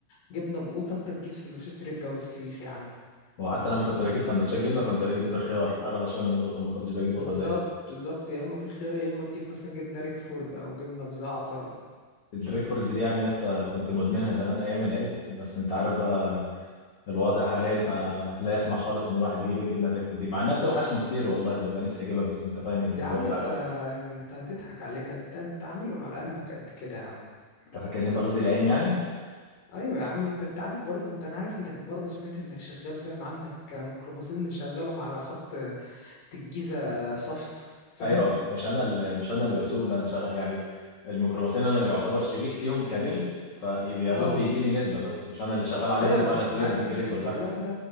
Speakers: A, on the left; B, on the left.
A: جبنه بقوطه انت تجيب سندوتشات رنجه وفسيخ يا عم
B: وحتى لما كنت بجيب سندوتشات جبنه كنت بجيب بخيار اغلى شويه من القطه ما كنتش بجيب قطه
A: بالظبط
B: زيت
A: بالظبط يا اما بخيار يا اما تجيب مثلا جبنه ريكفورد او جبنه بزعتر
B: الريكفورد دي يعني يسا كنت مدمنها زمان ايام العز بس انت عارف بقى الوضع حاليا آه، لا يسمح خالص ان الواحد يجيب الجبنه الريكفورد دي مع انها بتوحشني كتير والله وببقى نفسي اجيبها بس انت فاهم الوضع
A: يا عم انت
B: بقى
A: انت هتضحك علينا انت انت عاملهم على قلبك قد كده يا عم
B: انت فاكرني بغزي العين يعني
A: ايوه يا عم انت انت عارف برضو انت انا عارف انك برضو سمعت انك شغال فاهم عندك ميكروباصين مشغلهم على خط الجيزة صفت فاهم
B: ايوه مش انا اللي مش انا اللي بسوق ده انا مشغل يعني الميكروباصين انا يعتبر شريك فيهم كملك فيا
A: اه
B: دوب بيجي لي نسبه بس مش انا اللي شغال عليهم
A: ايوه بس
B: ولا الفلوس
A: انا عارف
B: بتجي
A: ان
B: لي
A: الكلام
B: كلها
A: ده